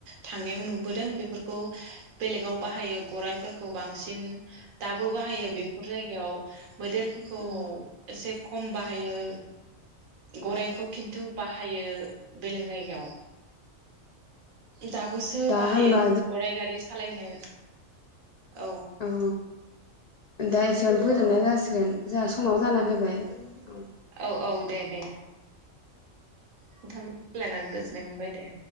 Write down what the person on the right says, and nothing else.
थां नायाव नुबोदों बेफोरखौ बेलेगाव बाहायो गराइफोरखौ बांसिन दाबो बाहायो बेफोर जायगायाव मैदेरफोरखौ
एसे खम बाहायो
गराइखौ खिन्थु बाहायो बेलेग जायगायाव दाबोसो
बाहायो
गराय गारि सालायनो औ
औ औ
औ औ दे दे नोंथांजों रायलायनानै गोजोननाय मोनबाय दे